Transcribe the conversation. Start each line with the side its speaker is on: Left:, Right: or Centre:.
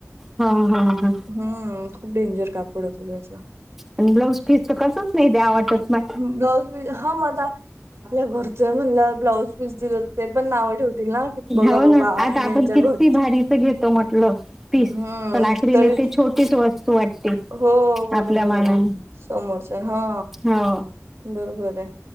Centre: हाव हा हा.
Right: हम्म खूप डेंजर कापड होतं त्याचं.
Centre: आणि ब्लाऊज पीस तर कसंच नाही द्यावं वाटत ना.
Right: ब्लाऊज पीस हा म जा. आपल्या घरचं म्हणाल्यावर ब्लाउज पीस दिलं तेपण नावं ठेवतील ना, की बघा
Centre: हो ना
Right: बाबा
Centre: आता
Right: आम्ही
Centre: आपण
Right: यांच्या घर
Centre: किती भारीच घेतो म्हटलं पीस,
Right: हम्म
Centre: पण अखरीले
Right: तरी
Centre: ती छोटीच वस्तू वाटते.
Right: हो बरोबर
Centre: आपल्या मानाने
Right: आहे ना समोरच्या हा.
Centre: हो.
Right: बरोबर हाय.